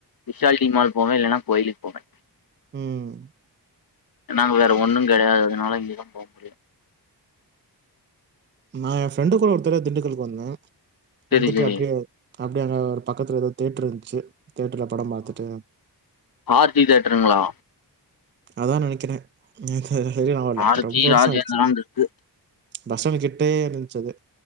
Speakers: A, on the left; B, on the right.
A: விஷால் டிமால் போவே இல்லன்னா கோயிலுக்கு போவே
B: ம்
A: நாங்க வேற ஒன்னு கெடையாது அதனால இங்கேதா போ முடியு
B: நா எ ஃப்ரெண்டு கூட ஒருத்தட திண்டுக்கலுக்கு வந்தே
A: சரி
B: வந்துட்டு
A: சரி
B: அப்டியே அப்டி அங்க ஒரு பக்கத்துல ஏதோ த்யேட்டரு இருந்துச்சு த்யேட்டர்ல படம் பாத்துட்டு
A: ஆர் ஜி த்யேட்டருங்களா
B: அதா நெனைக்கிறே எனக்கு சரியா நியாபோ இல்ல
A: ஆர்த்தி
B: ரொம்ப வருஷோ
A: ராஜேந்திரான்
B: ஆச்சு
A: இருக்கு
B: பஸ் ஸ்டாண்ட் கிட்டே இருந்ச்சு அது